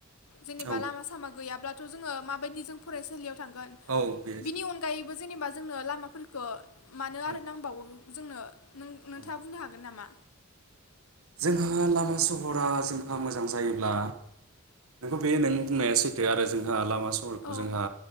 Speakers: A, on the left; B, on the right.
A: जेनेबा
B: औ
A: लामा सामा गैयाब्ला जोङो माबायदि जों फरायसालियाव थांगोन
B: औ बे
A: बिनि अनगायैबो बेबो जेनेबा जोंनो लामाफोरखो मानो
B: औ
A: आरो नांबावो जोंनो
B: औ
A: नोंथाङा बुंनो हागोन नामा?
B: जोंहा लामा सहरा जोंहा मोजां जायोब्ला नोंखौ बे नों बुंनाया सैथो आरो जोंहा लामा सहरखौ
A: औ
B: जोंहा